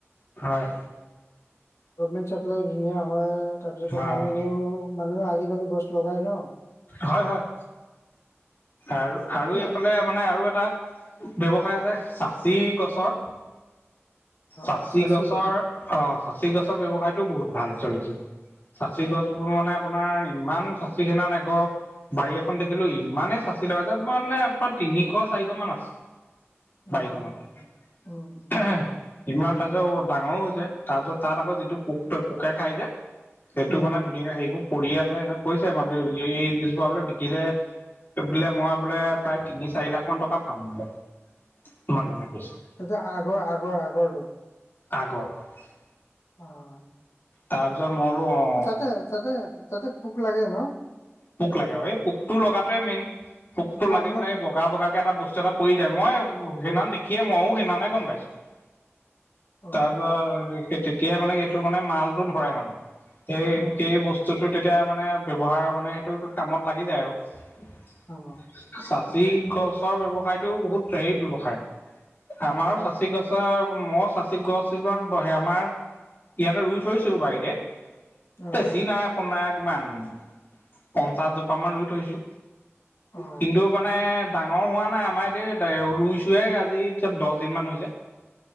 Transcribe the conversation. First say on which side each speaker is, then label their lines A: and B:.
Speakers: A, on the left; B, on the left.
A: হয়,,
B: গভমেণ্ট চাপ্লাই ধুনীয়া হয় তাৰপিছত
A: অ'
B: মানুহেও মানুহে আজিকালি গছ লগাই ন!
A: হয় হয় আৰু আৰু
B: অ
A: এইফালে মানে আৰু এটা ব্যৱসায় আছে চাচি গছৰ চাচি
B: অ
A: গছৰ
B: গছ
A: অ চাচি গছৰ ব্যৱসায়তো বহুত ভাল চলিছে। চাচি গছবোৰ মানে আপোনাৰ ইমান চাচি সেনা নাই বাৰী এখন দেখিলো ইমানেই চাচি লগাই যে মানে আপোনাৰ তিনিশ চাৰিশ মান আছে
B: অ
A: বাইক <unintelligible>
B: অ উম উম
A: ইমান পাৰিছত ডাঙৰো হৈছে তাৰপিছত তাত আকৌ যিটো পোক পোকে খাই যে সেইটো
B: উম
A: মানে ধুনীয়াকে সেইবোৰ পৰি আছে এ কৈছে মানুহে এইজোপা বোলে বিকিলে বোলে মই বোলে প্ৰায় তিনি চাৰি লাখ মান টকা পাম বোলে ইমাননে কৈছো
B: তাৰপাছত আগৰ আগৰ আগৰটো
A: আগৰ <unintelligible>
B: অঁ। <unintelligible>
A: তাৰ পিছত মই বোলো অঁ <unintelligible>
B: <unintelligible> তাতে-তাতে-তাতে পোক লাগে ন?
A: পোক লাগে অ। এই পোকটো লগাটোৱেই মেইন। পোকটো লাগি
B: অলপ
A: পেলাই <unintelligible> বগা-বগাকে এটা বস্তু এটা পৰি যায়। মই সেইদিনাখন দেখিয়ে মইও সেইদিনাখনে গম পাইছোঁ। <unintelligible>
B: অ
A: তাৰপৰা সেই তেতিয়াই মানে এইটো মানে মালটো ধৰে মানে। সেই-সেই
B: উম
A: বস্তু <inaudible> বস্তুটো তেতিয়া মানে ব্যৱহাৰ মানে সেইটো কামত লাগি যায় আৰু। <unintelligible>
B: অ
A: চাচি গছৰ ব্যৱসায়তো বহুত হেৰি ব্যৱসায়। আমাৰো
B: অ
A: চাচি গছ <unintelligible> <unintelligible> মইও চাচি গছ এজোপা <inaudible> আমাৰ ইয়াতে ৰুই থৈছো বাৰীতে।
B: অ <unintelligible>
A: বেছি নাই আপোনৰ কিমান <unintelligible> পঞ্চাছ জোপা মান ৰুই থৈছো।
B: অ
A: কিন্তু মানে <unintelligible> ডাঙৰ হোৱা নাই। আমাৰ এতিয়া ৰুইছোহে আজি দহদিন মান হৈছে। <unintelligible>